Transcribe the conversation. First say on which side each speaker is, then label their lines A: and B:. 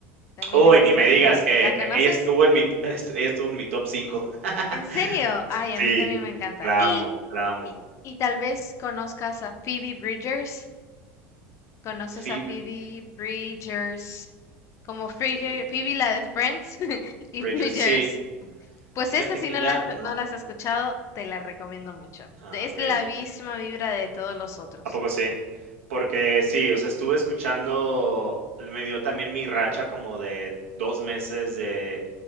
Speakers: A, on the left; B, on the right.
A: También
B: Uy,
A: es estadounidense.
B: ni me digas que
A: ¿La conoces?
B: e ella estuvo en mi <laughs> est ella estuvo en mi top 5. <laughs>
A: ¿En serio? Ay,
B: Sí,
A: a mí también me encanta.
B: la
A: Y,
B: amo, la amo.
A: y, y tal vez conozcas a Phoebe Bridgers. ¿Conoces
B: Phoebe
A: a Phoebe Bridgers? Como
B: Phoebe
A: Phoebe, Phoebe la de Friends <laughs> y
B: Bridgers,
A: Bridgers.
B: sí,
A: Pues
B: fíjate
A: esa si
B: que
A: no
B: ya
A: la,
B: no.
A: no las has escuchado, te la recomiendo mucho.
B: A
A: De- Es
B: ver.
A: la misma vibra de todos los otros.
B: ¿A poco sí? Porque sí, o sea, estuve escuchando, me dio también mi racha como de 2 meses de